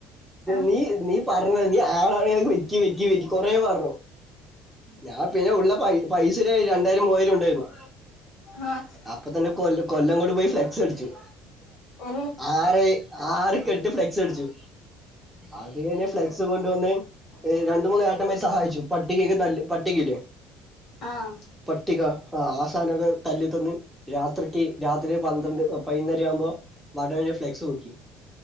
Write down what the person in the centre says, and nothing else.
നീ നീ പറഞ്ഞ നീ ആളാഅറിയാതെ വെക്കി വെക്കി വെി കൊറ പറഞ്ഞു ഞാൻ പിന്നെ ഉള്ള പൈസ രണ്ടായിരം മൂവായിരം ഉണ്ടായിരുന്നു
അപ്പൊ തന്നെ കൊ കൊല്ലകൊട് പോയി ഫ്ലെക്സ് അടിച്ചു
ആറ് ആറ് കെട്ട് ഫ്ലെക്സ് അടിച്ചു അത് കഴിഞ്ഞ് ഫ്ലെക്സ് കൊണ്ടുവന്ന് രണ്ട മൂന്നാട്ടന്മാര് സഹായിച്ചു പട്ടികൾക്ക് നല്ലല് പട്ടികയില്ലേ
പട്ടിക ആ ആസാനൊക്കെ തല്ലിത്തന്ന് രാത്രിക്ക് രാത്രി പന്ത്രണ്ട് പതിനൊന്നര ആവുമ്പോൾ വട ഫ്ലെക്സ് പോക്കി